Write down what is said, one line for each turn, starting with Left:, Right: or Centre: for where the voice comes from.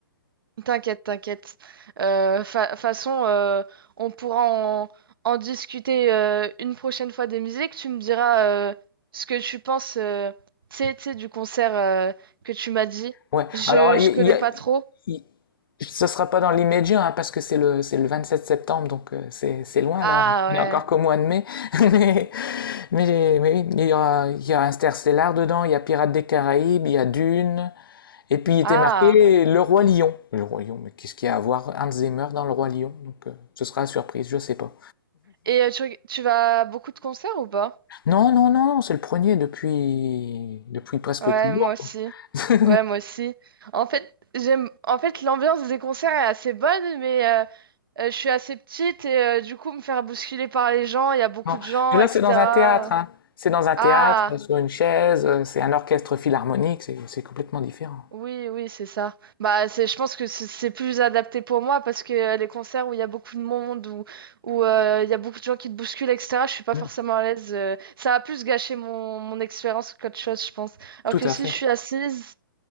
Right: t'inquiète, t'inquiète. Euh, fa- façon, euh, on pourra en, en discuter euh, une prochaine fois des musiques. Tu me diras euh, ce que tu penses, euh, tu sais, tu sais, du concert euh, que tu m'as dit.
Left: Ouais.
Right: Je,
Left: Alors, il
Right: je connais
Left: y a,
Right: pas trop.
Left: il- ce sera pas dans l'immédiat, hein, parce que c'est le, c'est le 27 septembre, donc euh, c'est, c'est loin,
Right: Ah
Left: là. Il n'y
Right: ouais.
Left: a encore qu'au mois de mai. <laughs> Mais, mais, mais oui, il y aura, il y a Interstellar dedans, il y a Pirates des Caraïbes, il y a Dune. Et puis, il était
Right: Ah.
Left: marqué Le Roi Lion. Le Roi Lion, mais qu'est-ce qu'il y a à voir Hans Zimmer dans Le Roi Lion? Donc, euh, ce sera une surprise, je sais pas.
Right: Et euh, tu, reg- tu vas à beaucoup de concerts ou pas?
Left: Non, non, non, c'est le premier depuis, depuis presque
Right: Ouais,
Left: toujours,
Right: moi aussi.
Left: quoi. <laughs>
Right: Ouais, moi aussi. En fait, j'aime. En fait, l'ambiance des concerts est assez bonne, mais euh, Euh, je suis assez petite et euh, du coup, me faire bousculer par les gens, il y a beaucoup
Left: Non,
Right: de gens,
Left: mais là,
Right: etc.
Left: c'est dans un théâtre, hein. C'est dans un théâtre,
Right: Ah,
Left: euh, sur une chaise, euh, c'est un orchestre philharmonique, c'est c'est complètement différent.
Right: oui, oui, c'est ça. Bah, c'est, je pense que c'est c'est plus adapté pour moi parce que euh, les concerts où il y a beaucoup de monde, où, où euh, il y a beaucoup de gens qui te bousculent, etc., je suis pas
Left: Mm.
Right: forcément à l'aise. euh, ça a plus gâché mon, mon expérience qu'autre chose, je pense. Alors
Left: Tout
Right: que
Left: à
Right: si
Left: fait.
Right: je suis assise,